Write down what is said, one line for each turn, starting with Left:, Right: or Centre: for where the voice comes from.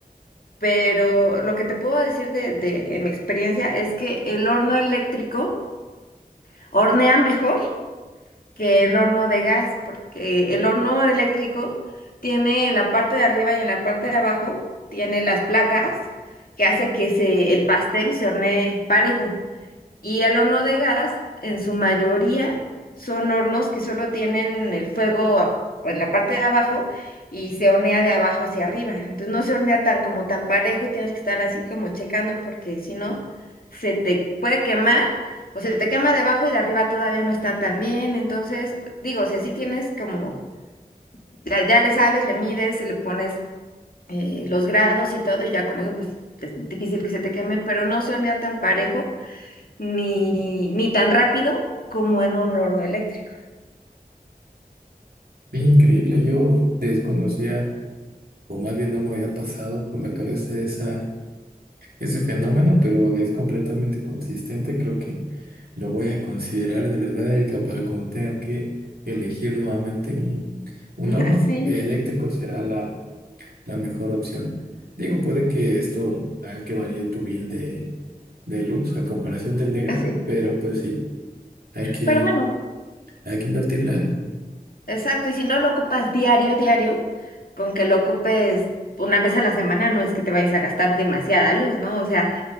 Left: Pero lo que te puedo decir de, de mi experiencia es que el horno eléctrico hornea mejor que el horno de gas, porque el horno eléctrico tiene en la parte de arriba y en la parte de abajo, tiene las placas que hace que se, el pastel se hornee parejo. Y el horno de gas, en su mayoría, son hornos que solo tienen el fuego a- en la parte de abajo y se hornea de abajo hacia arriba. Entonces no se hornea tan como tan parejo y tienes que estar así como checando porque si no, se te puede quemar o se te quema de abajo y de arriba todavía no está tan bien. Entonces, digo, o sea, sí tienes como, ya, ya le sabes, le mides, le pones eh, los grados y todo y ya con eso pues es difícil que se te queme, pero no se hornea tan parejo ni, ni tan rápido como en un horno eléctrico.
Right: Es increíble, yo desconocía o más bien no me había pasado por la cabeza esa, ese fenómeno, pero es completamente consistente, creo que lo voy a considerar de verdad, Erika, para cuando tenga que elegir nuevamente un, un
Left: <laughs>
Right: horno
Left: Así,
Right: eléctrico será la la mejor opción. Digo, puede que esto haga que varíe tu bill de, de luz a comparación del de
Left: así.
Right: pero pues sí, hay que,
Left: Pero bueno,
Right: hay que invertirle algo.
Left: exacto. Y si no lo ocupas diario, diario, con que lo ocupes una vez a la semana, no es que te vayas a gastar demasiada luz, ¿no? O sea,